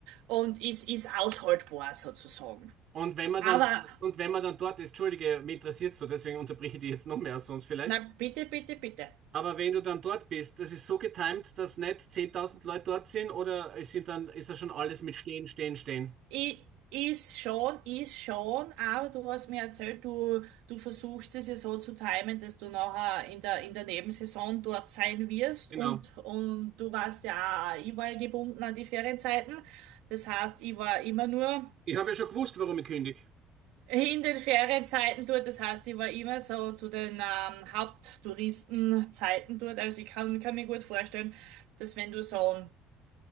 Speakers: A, on the right; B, on the right.
A: und ist, ist aushaltbar sozusagen.
B: Und wenn man
A: Aber,
B: dann, und wenn man dann dort ist, Entschuldige, mich interessiert so, deswegen unterbreche ich dich jetzt noch mehr als sonst vielleicht.
A: na, bitte, bitte, bitte.
B: Aber wenn du dann dort bist, das ist so getimt, dass nicht 10.000 Leute dort sind oder es sind dann, ist das schon alles mit Stehen, Stehen, Stehen.
A: Ich, ist schon, ist schon, aber du hast mir erzählt, du, du versuchst es ja so zu timen, dass du nachher in der, in der Nebensaison dort sein wirst
B: Genau.
A: und, und du warst ja, auch- ich war ja gebunden an die Ferienzeiten. Das heißt, ich war immer nur
B: Ich habe ja schon gewusst, warum ich kündige.
A: in den Ferienzeiten dort. Das heißt, ich war immer so zu den ähm, Haupttouristenzeiten dort. Also ich kann, kann mir gut vorstellen, dass wenn du so